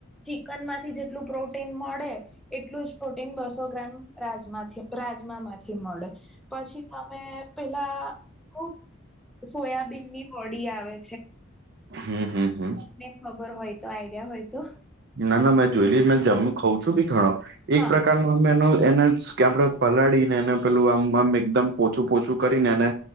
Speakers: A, in the centre; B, on the right.
A: ચિકન માંથી જેટલું પ્રોટીન મળે એટલું જ પ્રોટીન બસો ગ્રામ રાજમાથી રાજમામાંથી મળે. પછી તમે પેલા સોયાબીન ની બોડી આવે
B: હમ હમ હમ
A: ને ખબર હોય તો આઈડિયા હોય તો
B: ના ના મેં જોયેલી મે જમ ખઉ છું બી ઘણો એક
A: હા
B: પ્રકારનું એનો એને કે આપડે પલાડી ને એને પેલું આમ આમ એકદમ પોચું પોચું કરીને એને